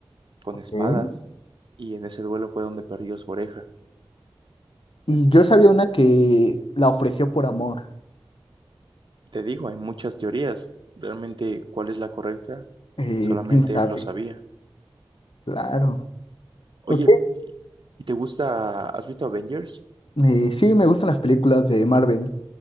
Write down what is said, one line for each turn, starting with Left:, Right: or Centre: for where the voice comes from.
Right: con
Left: Ok.
Right: espadas, y en ese duelo fue donde perdió su oreja.
Left: Y yo sabía una que la ofreció por amor.
Right: Te digo, hay muchas teorías, realmente cuál es la correcta,
Left: Eh,
Right: solamente
Left: ¿quién sabe?
Right: él lo sabía.
Left: Claro.
Right: Oye,
Left: Ok,
Right: ¿y te gusta, has visto Avengers?
Left: Eh, sí, me gustan las películas de Marvel.